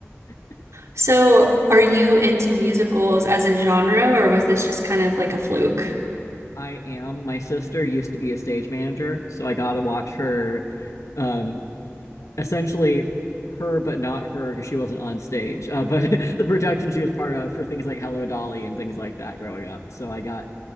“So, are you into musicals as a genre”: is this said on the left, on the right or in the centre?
Right